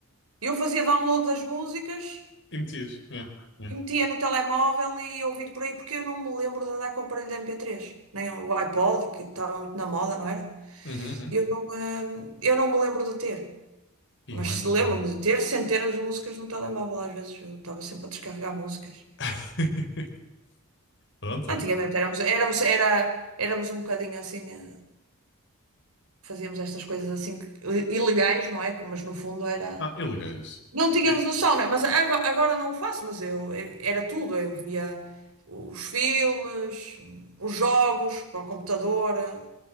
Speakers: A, on the right; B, on the left.
A: Eu fazia download das músicas
B: E metias? Yeah. Yeah.
A: e metia no telemóvel e ia ouvindo por aí, porque eu não me lembro de andar com o aparelho de mp três, Nem o iPod, que estava muito na moda, não era?
B: Uhum, uhum.
A: Eu não, eh, eu não me lembro de ter.
B: E
A: Mas
B: um iPod.
A: se lembro-me de ter centenas de músicas no telemóvel, às vezes eu estava sempre a descarregar músicas.
B: <laughs> Pronto, olha.
A: Antigamente éramos, éramos, era, éramos um bocadinho assim, eh, fazíamos estas coisas assim que- ilegais, não é? Que, mas no fundo era.
B: Ah, ilegais.
A: Não tínhamos
B: É,
A: noção, né? Mas ago- agora não o faço, mas eu, eu- era tudo. Eu via os filmes, os jogos para o computador, eh,